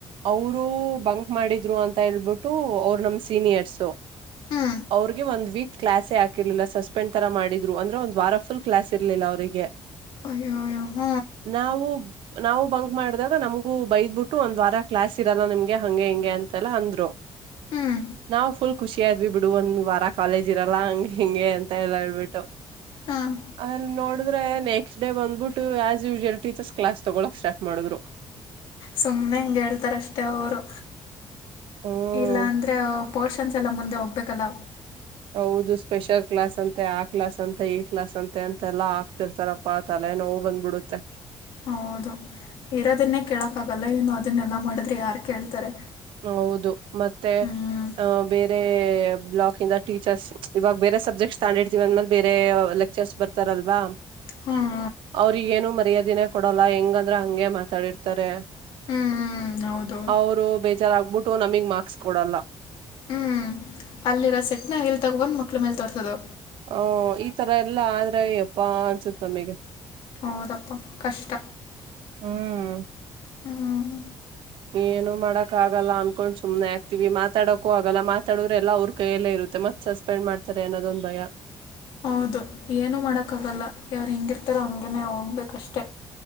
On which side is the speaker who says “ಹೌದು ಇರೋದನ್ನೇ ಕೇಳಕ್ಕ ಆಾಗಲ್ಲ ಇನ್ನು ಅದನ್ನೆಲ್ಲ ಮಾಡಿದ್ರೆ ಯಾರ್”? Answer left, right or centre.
Left